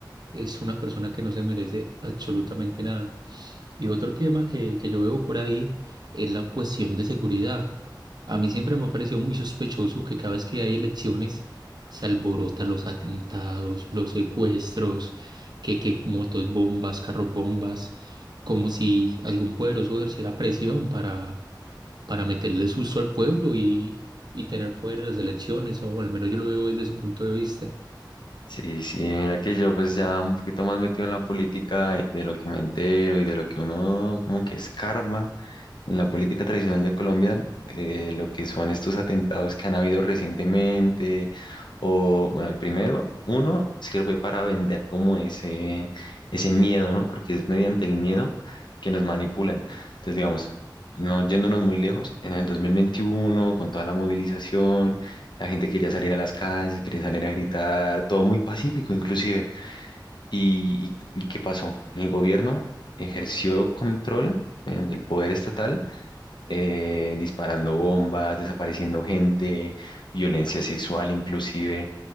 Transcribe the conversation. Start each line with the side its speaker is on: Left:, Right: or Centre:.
Right: es una persona que no se merece absolutamente nada. Y otro tema que, que yo veo por ahí es la cuestión de seguridad. A mí siempre me ha parecido muy sospechoso que cada vez que hay elecciones se alborotan los atentados, los secuestros, que, que motos bombas, carros bombas, como si algún poderoso ejerciera presión para, para meterle susto al pueblo y, y tener poder en las elecciones, o al menos yo lo veo desde su punto de vista.
Left: Sí, sí, mira que yo pues ya un poquito más metido en la política y de lo que me entero y de lo que uno como que escarba. En la política tradicional de Colombia, eh, lo que son estos atentados que han habido recientemente, o bueno, primero, uno sirve para vender como ese, ese miedo, ¿no? Porque es mediante el miedo que nos manipulan. Entonces, digamos, no yéndonos muy lejos, en el 2021, con toda la movilización, la gente quería salir a las calles, quería salir a gritar, todo muy pacífico inclusive. ¿Y, y- y qué pasó? El gobierno ejerció control eh, del poder estatal eh, disparando bombas, desapareciendo gente, violencia sexual inclusive.